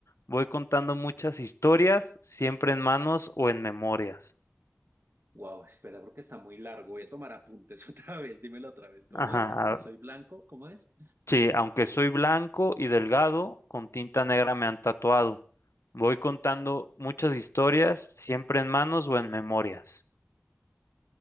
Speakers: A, on the left; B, on the right.
A: Voy contando muchas historias, siempre en manos o en memorias.
B: wow, espera, porque está muy largo, voy a tomar apuntes <laughs> otra vez, dímelo otra vez, ¿cómo
A: Ajá,
B: es? Aunque soy blanco, ¿cómo es?
A: Sí, aunque soy blanco y delgado, con tinta negra me han tatuado. Voy contando muchas historias, siempre en manos o en memorias.